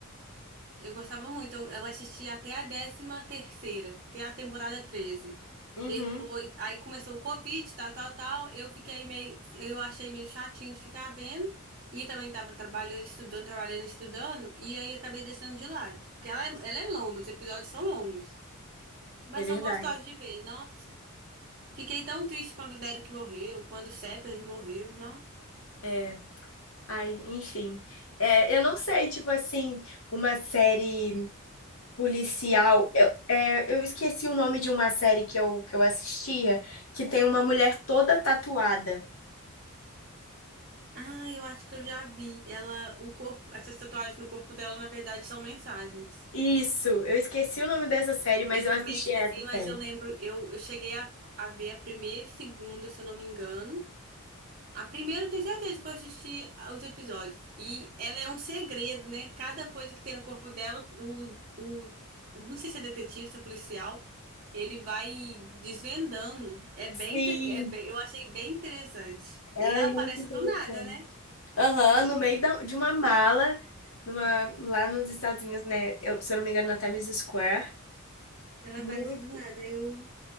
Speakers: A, on the right; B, on the left.
A: Eu gostava muito. Eu, eu assisti até a décima terceira, até a temporada 13.
B: Uhum,
A: Depois, aí começou o Covid, tal, tal, tal. Eu fiquei meio, eu achei meio chatinho de ficar vendo. E também tava trabalhando, estudando, trabalhando, estudando. E aí acabei deixando de lado. Porque ela é, ela é longa, os episódios são longos. Mas
B: é verdade.
A: são gostosos de ver. Nossa, fiquei tão triste quando o Derek morreu, quando o Shepard morreu, não?
B: É, ai, enfim. É, eu não sei, tipo assim, uma série. policial. Eu, é, eu esqueci o nome de uma série que eu, que eu assistia, que tem uma mulher toda tatuada.
A: Ah, eu acho que eu já vi. Ela, o corpo, essas tatuagens no corpo dela, na verdade, são mensagens.
B: Isso, eu esqueci o nome dessa série, mas
A: Eu
B: eu
A: também
B: assisti
A: esqueci,
B: essa
A: mas
B: série.
A: eu lembro, eu, eu cheguei a, a ver a primeira e segunda, se eu não me engano. A primeira eu tenho certeza que eu assisti aos episódios. E ela é um segredo, né? Cada coisa que tem no corpo dela, o, o, não sei se é detetive, se é policial, ele vai desvendando. É bem,
B: Sim,
A: inte- é bem, eu achei bem interessante.
B: ela
A: E ela
B: é muito
A: aparece
B: interessante.
A: do nada, né?
B: Aham, no meio da- de uma mala, numa, lá nos Estados Unidos, né? Eu- se eu não me engano, na Times Square.
A: Ela
B: Muito.
A: aparece do nada. Eu,